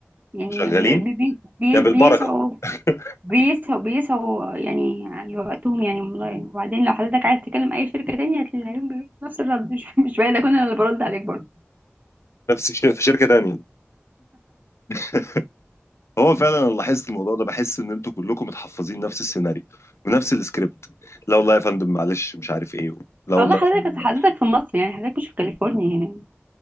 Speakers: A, on the right; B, on the left.
A: يعني
B: شغالين
A: بي بي بي بي-
B: يا بالبركه
A: بيسعوا
B: <laughs>
A: بيسهوا بيسهوا يعني على وقتهم يعني والله وبعدين لو حضرتك عايز تكلم اي شركه تانية هتلاقيهم بيردوا نفس الرد <laughs> مش مش بعيد اكون انا اللي برد عليك برضه
B: نفس الشيء في شركه تانيه <laughs> هو فعلا انا لاحظت الموضوع ده بحس ان انتوا كلكم متحفظين نفس السيناريو ونفس السكريبت لا والله يا فندم معلش مش عارف ايه لا والله
A: والله حضرتك
B: يا فندم
A: أصل
B: معلش
A: حضرتك في مصر يعني حضرتك مش في كاليفورنيا هنا